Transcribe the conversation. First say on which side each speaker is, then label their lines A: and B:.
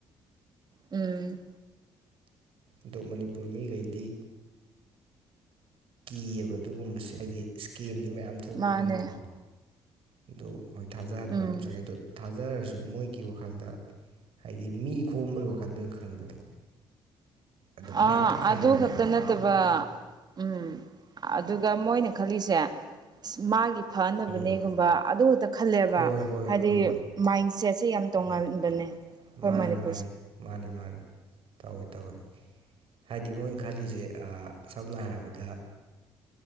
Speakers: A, on the right (about 45°); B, on the right (about 65°).
A: ꯎꯝ
B: ꯑꯗꯣ ꯃꯅꯤꯄꯨꯔ ꯃꯤꯈꯩꯗꯤ ꯀꯤꯑꯕ ꯑꯗꯨꯒꯨꯝꯕꯁꯦ ꯍꯥꯏꯗꯤ ꯏꯁꯀꯦꯝꯁꯨ ꯃꯌꯥꯝ ꯊꯣꯛꯄꯅꯤꯅꯀꯣ
A: ꯃꯥꯅꯦ
B: ꯑꯗꯨ ꯊꯥꯖꯍꯟꯕ
A: ꯎꯝ
B: ꯑꯃ ꯆꯪꯉꯦ ꯑꯗꯨ ꯊꯥꯖꯔꯁꯨ ꯃꯣꯏꯒꯤ ꯋꯥꯈꯜꯗ ꯍꯥꯏꯗꯤ ꯃꯤ ꯈꯣꯝꯕꯒꯤ ꯋꯥꯈꯜꯗ ꯑꯣꯏꯅ ꯈꯟꯕꯗꯣ ꯑꯗꯨꯃꯥꯏꯅ
A: ꯑ
B: ꯍꯦꯛꯇ ꯈꯟꯕꯅꯦꯕ
A: ꯑꯗꯨ ꯈꯛꯇ ꯅꯠꯇ ꯑꯗꯨꯒ ꯎꯝ ꯑꯗꯨꯒ ꯃꯣꯏꯅ ꯈꯜꯂꯤꯁꯦ ꯏꯁ ꯃꯥꯒꯤ ꯐꯅꯕꯅꯦꯒꯨꯝꯕ
B: ꯎꯝ
A: ꯑꯗꯨꯇ ꯈꯜꯂꯦꯕ
B: ꯍꯣꯏ ꯍꯣꯏ ꯍꯣꯏ
A: ꯍꯥꯏꯗꯤ
B: ꯍꯣꯏ
A: ꯃꯥꯏꯟꯁꯦꯠꯁꯦ ꯌꯥꯝ ꯇꯣꯉꯥꯟꯕꯅꯦ
B: ꯍꯣꯏ
A: ꯑꯩꯈꯣꯏ
B: ꯃꯥꯅꯤ
A: ꯃꯅꯤꯄꯨꯔꯁꯦ
B: ꯃꯥꯅꯤ ꯃꯥꯅꯤ ꯃꯥꯅꯤ ꯇꯧꯏ ꯇꯧꯋꯏ ꯍꯥꯏꯗꯤ ꯃꯣꯏꯅ ꯈꯜꯂꯤꯁꯦ ꯑꯥ ꯁꯝꯅ ꯍꯥꯏꯔꯕꯗ